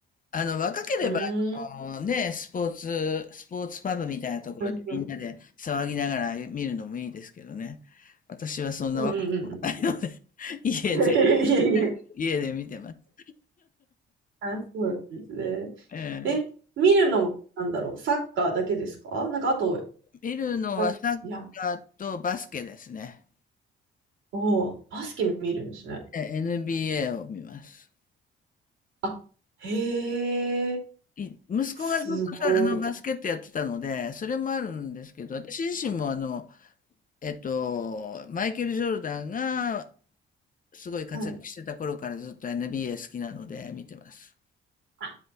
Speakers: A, on the left; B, on the right.
A: あの、若ければ、
B: うーん。
A: あのね、スポーツ、スポーツパブみたいなところでみんなで騒ぎながら見るのもいいですけどね。
B: うんうん
A: 私はそんな若くもないので、
B: うんうん
A: <laughs> 家で、
B: <laughs> いやいや。
A: 家で見てます。
B: <laughs> あ、そうなんですね。
A: ええ
B: え、見るのも、なんだろう、サッカーだけですかなんかあと、
A: 見るのはサッカーとバスケですね。
B: あいや、おーバスケ見るんですね。
A: え NBA を見ます。
B: あ、へえ、
A: い息子がずっとさ、
B: すごい。
A: あの、バスケットやってたので、それもあるんですけど、私自身もあの、えっと、マイケル・ジョルダンがすごい活躍してた頃からずっと
B: はい。
A: NBA 好きなので見てます。
B: あ、